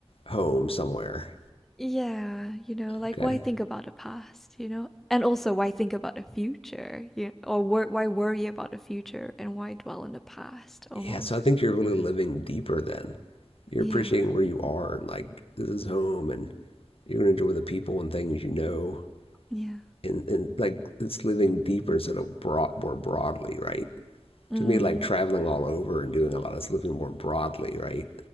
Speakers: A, on the left; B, in the centre.
A: home somewhere.
B: Yeah, you know, like
A: Okay.
B: why think about the past, you know? And also why think about the future, you know, or wor why worry about the future and why dwell on the past almost.
A: Yeah, so I think you're really living deeper then. You're
B: Yeah.
A: appreciating where you are and like this is home and you're gonna enjoy the people and things you know
B: Yeah.
A: and, and like it's living deeper instead of broad, more broadly, right?
B: Mm.
A: To me, like traveling all over and doing a lot is living more broadly, right?